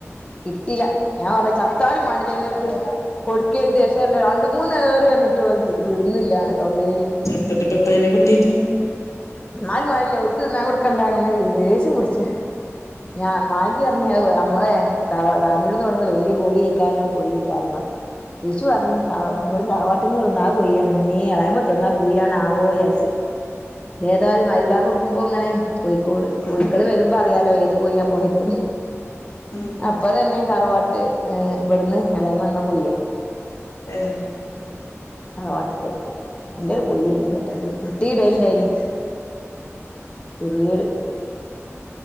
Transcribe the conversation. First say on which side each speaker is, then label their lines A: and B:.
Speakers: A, on the left; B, on the left.
A: കിട്ടില്ല ഞാൻ പറഞ്ഞ ചത്താലും പാണ്ടില്ല അക്ക് കൊടുക്കരുത്ക്ഷേ രണ്ട മൂന്നുറി പറഞ്ഞിട്ട് വിടുന്നില്ലനെ തൊള്ളൽ
B: ചത്തട്ട് പത്തതിനെ കിട്ടീയിട്ട്
A: എന്നാലും മാഴല്ലേ ഒരിക്കന്ന കൊടുക്കണ്ട അങ്ങനെ ദേഷ്യം പിടിച് ഞാൻ മാചിറഞ്ഞ <unintelligible> നമ്മളെ ത താനൂരിന്ന് തുടന്ന് വല്യ കോഴി കഴക്കാരം കോഴി കഴക്കാരമാ തിരിച്ചു പറഞ്ഞഞ് തറ ഇവിടും തറവാട്ടിൽ നിന്ന് ഒന്ന കൊണ മീ എളായ മത്ത ഒന്നാ കൊണ് ആവോ വിചരിച്ച് ഏതായാലും മൈരി ബാങ്ക് കൊടുക്കുമ്പോ ഇങ്ങനെ കോഴിക്കോട് കോഴിക്കൾ വരുമ്പോ അറിയാലോ ഏത് കോഴ്യാ പോയത് ന്ന്.
B: ഉം
A: അപ്പ തന്നെ തറവാട്ട് ഏഹ് ഇവിടുന്ന് ഇളയ വന്നാ പോയ
B: ഏഹ
A: തറവാട്ടത്തെ നല്ലൊരു കോയി പോയിനി <unintelligible> ചട്ട പോയി മുട്ട ഇടലുണ്ടായിനി വീട്